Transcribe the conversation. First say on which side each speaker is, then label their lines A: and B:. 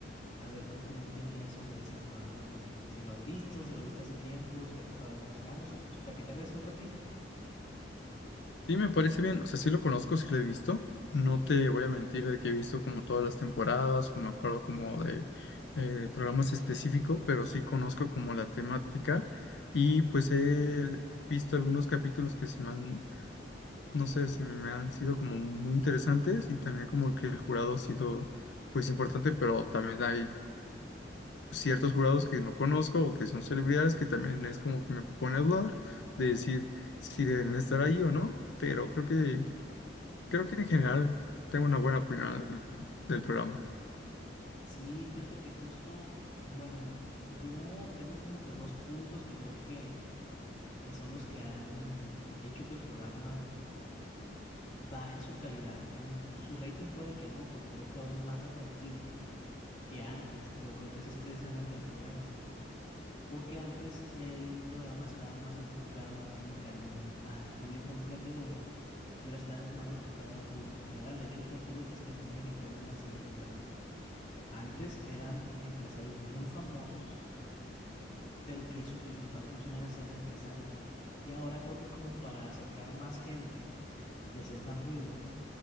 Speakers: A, on the left (about 40°); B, on the left (about 75°).
A: a ver qué opinión tenías sobre ese programa también. Si lo has visto, si lo viste hace tiempo, si has notado algunos cambios y pues platicar de eso un ratillo.
B: Sí, me parece bien. O sea, sí lo conozco, sí lo he visto. No te voy a mentir de que he visto como todas las temporadas o me acuerdo como de eh, programas específicos, pero sí conozco como la temática y pues he visto algunos capítulos que se me han, no sé, se me han sido como muy interesantes y también como que el jurado ha sido pues importante, pero también hay ciertos jurados que no conozco o que son celebridades que también es como que me pone a dudar de decir si deben estar ahí o no, pero creo que creo que en general tengo una buena opinión del programa.
A: Sí, fíjate que justo, bueno, yo tengo como que dos puntos que creo que, que son los que han hecho que el programa baje su calidad. A lo- su rating puede que no, porque creo que ahora es más atractivo que antes, pero creo que ese es precisamente el problema. Porque antes el programa estaba más enfocado como que al al público emprendedor y ahora está más enfocado al público en general. De hecho, ahorita tú lo dijiste muy bien, el tema de las celebridades. Antes eran empresarios muy famosos, eh, pero que su principal función era ser empresarios. Y ahora creo que como para acercar más gente y hacer más ruido,